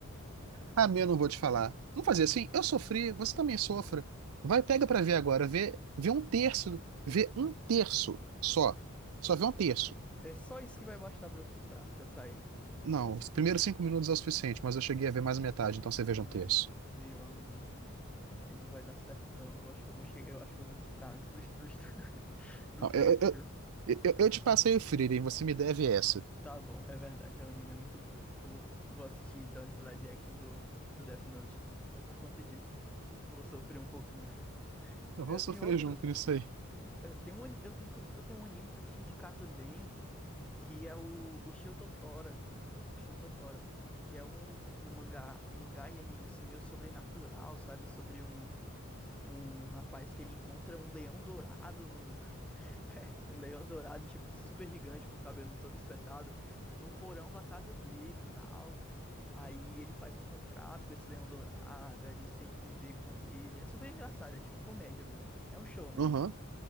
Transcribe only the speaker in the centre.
É só isso que vai bastar pra eu quitar, pra eu sair.
Meu,
meu amigo. Aí não vai dar certo, não. Eu acho que eu vou chegar, eu acho que eu vou quitar antes do, do, <laughs> do
texto,
viu?
Tá bom, é verdade, o anime é muito bom. Vou, vou assistir então esse live action do, do Death Note, só por conta disso. Eu vou sofrer um pouquinho.
Eu
tenho outro,
eu tenho um, ani- eu, inclusive eu tenho um anime pra te indicar também, que é o, o Shio Totora. O Shio Totora, que é um, um mangá, um mangá e anime assim, meio sobrenatural, sabe? Sobre um um rapaz que ele encontra um leão dourado no <laughs> um leão dourado tipo super gigante com o cabelo todo espetado no porão da casa dele e tal. Aí ele faz um contrato com esse leão dourado, aí eles têm que viver com ele. É super engraçado, é tipo comédia mesmo. É um show, né?